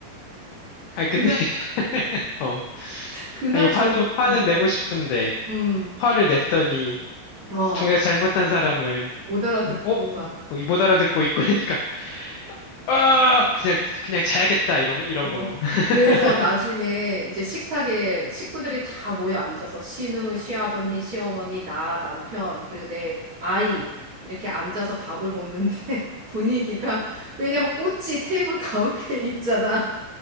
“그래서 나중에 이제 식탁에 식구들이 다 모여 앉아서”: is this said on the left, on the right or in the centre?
Right